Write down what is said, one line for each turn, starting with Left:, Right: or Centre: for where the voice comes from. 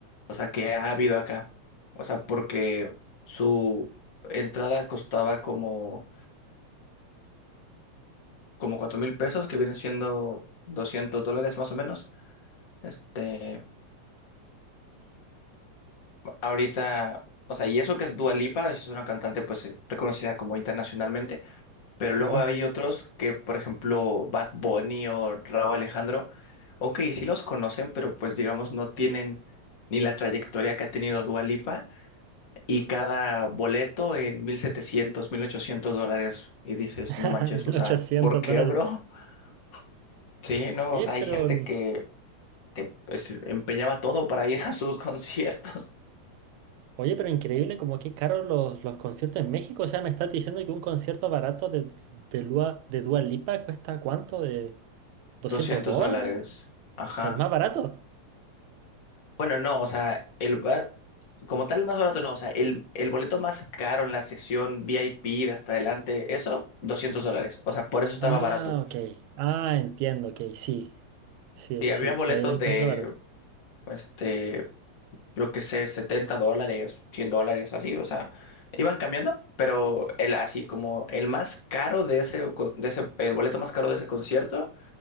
Left: o sea, que ha habido acá. O sea, porque su entrada costaba como, como cuatro mil pesos, que vienen siendo 200 dólares más o menos. Este, ahorita, o sea, y eso que es Dua Lipa, es una cantante pues eh, reconocida como internacionalmente. Pero
Right: Claro,
Left: luego hay otros que, por ejemplo, Bad Bunny o Rauw Alejandro, ok, sí los conocen, pero pues digamos no tienen ni la trayectoria que ha tenido Dua Lipa y cada boleto en mil setecientos mil ochocientos dólares y dices,
Right: <laughs>
Left: no manches,
Right: mil
Left: o sea,
Right: ochocientos
Left: ¿por qué,
Right: dólares.
Left: bro? <laughs> Sí, no,
Right: Oye,
Left: o sea,
Right: pero,
Left: hay gente que pues empeñaba todo para ir a sus <laughs> conciertos,
Right: oye, pero increíble como que caros los, los conciertos en México. O sea, me estás diciendo que un concierto barato de, de, Lua- de Dua Lipa cuesta cuánto? ¿De doscientos
Left: 200
Right: dólares?
Left: dólares, ajá.
Right: ¿El más barato?
Left: Bueno, no, o sea, el bara- como tal el más barato no, o sea, el, el boleto más caro en la sección VIP de hasta adelante, eso, 200 dólares, o sea, por eso estaba
Right: Ah,
Left: barato.
Right: ok. Ah, entiendo, ok, sí. Sí,
Left: Y
Right: sí,
Left: había boletos
Right: sí, ahí lo encuentro
Left: de,
Right: barato.
Left: este, yo qué sé, 70 dólares, 100 dólares, así, o sea, iban cambiando, pero el así como el más caro de ese, co- de ese, el boleto más caro de ese concierto,